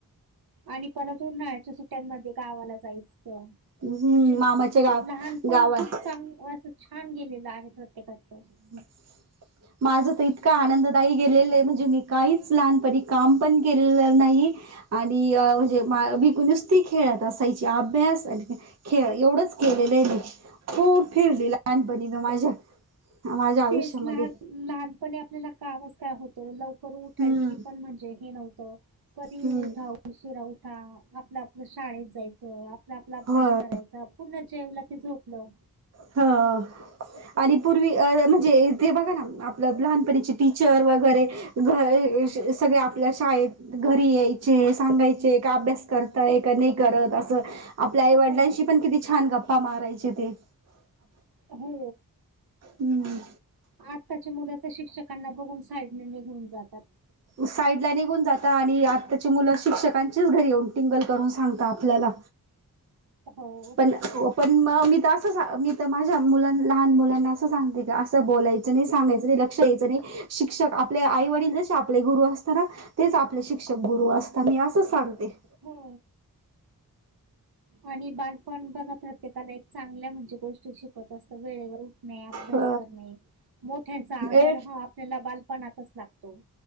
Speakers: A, on the right (about 70°); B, on the right (about 45°).
A: आणि परत उन्हाळ्याच्या सुट्ट्यांमध्ये गावाला जायचं
B: हम्म
A: म्हणजे
B: मामाच्या गाव
A: लहानपण
B: गावात
A: खूप चांग असं छान गेलेलं आहे प्रत्येकाच
B: हम् माझं तर इतकं आनंददायी गेलेलं आहे म्हणजे मी काहीच लहानपणी काम पण केलेलं नाही आणि म्हणजे मा भिक नुसती खेळत असायची अभ्यास खेळ एवढंच केलेलं आहे मी खूप फिरली लहानपणी म माझ्या माझ्या आयुष्यामध्ये
A: तेच लहान लहानपणी आपल्याला काम असत काय होत लवकर उठायची
B: हम्म
A: पण म्हणजे हे नव्हतं कधी
B: हम्म
A: उठा उशिरा उठा आपला शाळेत जायचं आपला आपला अभ्यास
B: होय.
A: करायचा पूर्ण जेवलं ते झोपलं
B: हा आणि पूर्वी म्हणजेथे बघा ना आपलं लहानपणीचे टीचर वगैरे घ सगळे आपल्या शाळेत घरी यायचे सांगायचे का अभ्यास करतय नाही करत असं आपल्या
A: अ,
B: आईवडिलांशी
A: हो.
B: पण किती छान गप्पा मारायचे ते
A: हो
B: हम्म
A: आत्ताच्या मुलाच्या शिक्षकांना बघून साईडने निघून जातात
B: साईडला निघून जाता, आणि आत्ताची मुलं शिक्षकांचीच घरी येऊन टिंगल करून सांगता आपल्याला.
A: हो,
B: पण पण मग मी तर असं सांगणार, मी तर माझ्या मुलांना लहान मुलांना असं सांगते की असं बोलायचं. सांगायच नाही, लक्ष द्यायचं नाही शिक्षक आपल्या आई वडील जसे आपले गुरु असता ना तेच आपले शिक्षक गुरु असता, मी असंच सांगते.
A: हो. आणि बालपण बघा, प्रत्येकाला एक चांगल्या म्हणजे गोष्टी शिकवत असतात वेळेवर उठणे, अभ्यास
B: अ
A: करणे, मोठ्यांचा आदर
B: ए
A: हा आपल्याला बालपणातच लागतो.